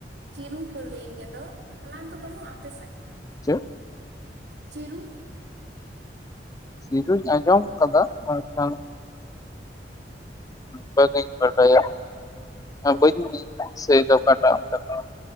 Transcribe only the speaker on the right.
ᱪᱤᱨᱩ ᱠᱚ ᱞᱟᱹᱭ ᱜᱮᱫᱚ ᱚᱱᱟ ᱫᱚ ᱵᱟᱹᱱᱩᱜᱼᱟ ᱟᱯᱮᱥᱮᱫ
ᱪᱤᱨᱩ